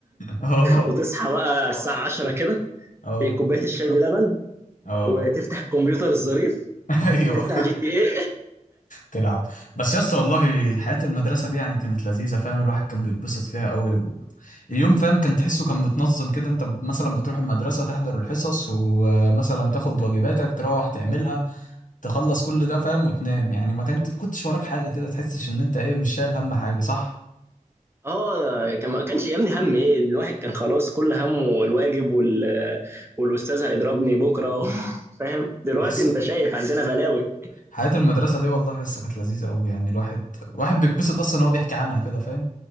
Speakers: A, on the left (about 65°); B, on the right (about 15°).
A: اه
B: وتصحى بقى الساعه 10 كده
A: اه
B: إيه، كوبايه الشاي بلبن
A: اه
B: وتفتح الكمبيوتر الظريف
A: <laughs> ايوه
B: وتفتح جي تي إيه
A: تلعب بس يا اسطى والله حياة المدرسة دي يعني كانت لذيذة فاهم الواحد كان بيتبسط فيها قوي و... اليوم فاهم كان تحسه كان متنظم كده انت مثلا بتروح المدرسة تحضر الحصص ومثلا تاخد واجباتك تروح تعملها تخلص كل ده فاهم وتنام يعني ما كانت كنتش وراك حاجة كده تحسش ان انت ايه مش شايل هم حاجة صح؟
B: اه كان ما كانش يهمني هم ايه الواحد كان خلاص كل همه الواجب وال... والاستاذ هيضربني بكره و... <laughs> فاهم دلوقتي
A: يس
B: انت شايف عندنا بلاوي
A: حياة المدرسة دي والله يسا كانت لذيذة أوي يعني الواحد الواحد بيتبسط أصلا إن هو بيحكي عنها كده فاهم